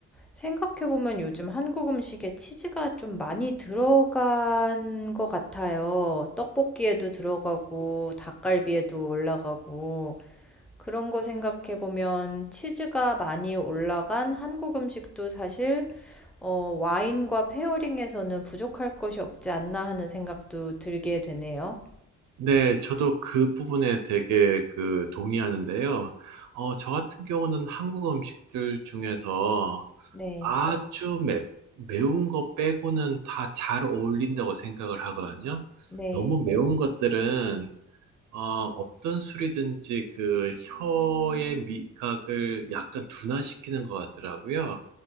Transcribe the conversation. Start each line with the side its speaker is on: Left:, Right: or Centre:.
Centre: 생각해보면 요즘 한국 음식에 치즈가 좀 많이 들어간 것 같아요. 떡볶이에도 들어가고, 닭갈비에도 올라가고, 그런 거 생각해보면 치즈가 많이 올라간 한국 음식도 사실, 어, 와인과 페어링에서는 부족할 것이 없지 않나 하는 생각도 들게 되네요.
Right: 네, 저도 그 부분에 되게 그 동의하는데요. 어, 저 같은 경우는 한국 음식들 중에서
Centre: 네,
Right: 아주 매, 매운 거 빼고는 다 잘 어울린다고 생각을 하거든요.
Centre: 네,
Right: 너무 매운 것들은 어, 어떤 술이든지 그 혀의 미각을 약간 둔화시키는 것 같더라고요.